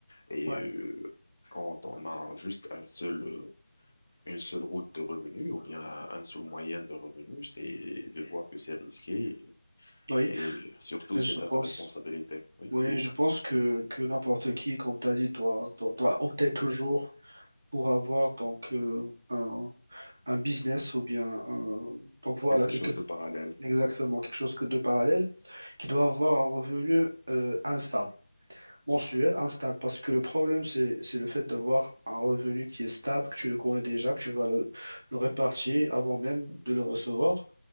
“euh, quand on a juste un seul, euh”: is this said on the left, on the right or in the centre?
Left